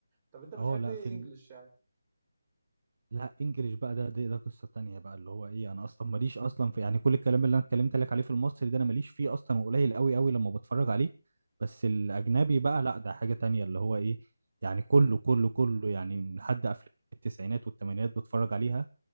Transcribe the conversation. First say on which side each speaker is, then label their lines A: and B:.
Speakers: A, on the right; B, on the right.
A: طب انت بتحب
B: اه لا
A: ايه
B: في
A: انجلش يعني
B: لا انجليش بقى ده ده, ده قصة تانية بقى اللي هو ايه انا اصلا ماليش اصلا في يعني كل الكلام اللي انا اتكلمت لك عليه في المصري ده انا ماليش فيه اصلا وقليل قوي قوي لما بتفرج عليه بس الاجنبي
A: مم.
B: بقى لا ده حاجة تانية اللي هو ايه يعني كله كله كله يعني لحد افلام التسعينات والثمانينات بتفرج عليها